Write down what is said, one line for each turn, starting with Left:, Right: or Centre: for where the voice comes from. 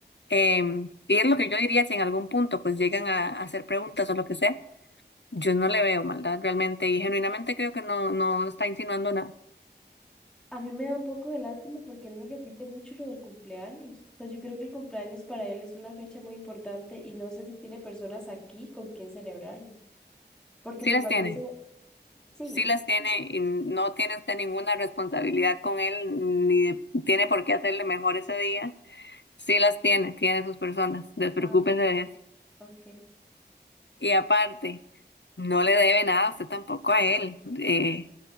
Left: Em, y es lo que yo diría si en algún punto pues llegan a, a hacer preguntas o lo que sea. Yo no le veo maldad realmente y genuinamente creo que no, no está insinuando nada.
Centre: A mí me da un poco de lástima porque él me repite mucho lo del cumpleaños. O sea, yo creo que el cumpleaños para él es una fecha muy importante y no sé si tiene personas aquí con quien celebrarlo. Porque
Left: Sí
Centre: me
Left: las
Centre: parece,
Left: tiene.
Centre: sí,
Left: sí las tiene y no tiene usted ninguna responsabilidad con él, ni de- tiene por qué hacerle mejor ese día. Sí las tiene, tiene sus personas, despreocúpese
Centre: ah,
Left: de eso.
Centre: ok.
Left: Y aparte, no le debe nada a usted tampoco a él, eh,